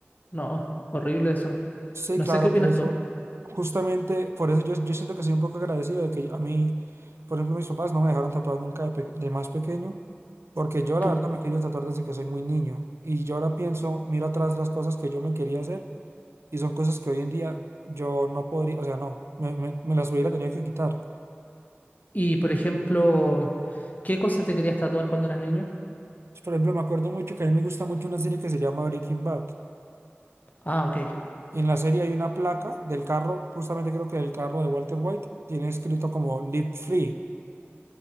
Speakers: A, on the left; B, on the right.
A: No, horrible eso.
B: Sí,
A: No
B: claro,
A: sé qué opinas
B: por eso,
A: tú.
B: justamente, por eso yo, yo siento que soy un poco agradecido de que a mí, por ejemplo, mis papás no me dejaron tatuar nunca de, pe- de más pequeño, porque yo la
A: Tú,
B: verdad me he querido tatuar desde que soy muy niño. Y yo ahora pienso, miro atrás las cosas que yo me quería hacer y son cosas que hoy en día yo no podría, o sea, no, me, me- me las hubiera tenido que quitar.
A: y por ejemplo, ¿qué cosas te querías tatuar cuando eras niño?
B: Por ejemplo, me acuerdo mucho que a mí me gusta mucho una serie que se llama Breaking Bad.
A: Ah, ok.
B: En la serie hay una placa del carro, justamente creo que del carro de Walter White, tiene escrito como Live Free.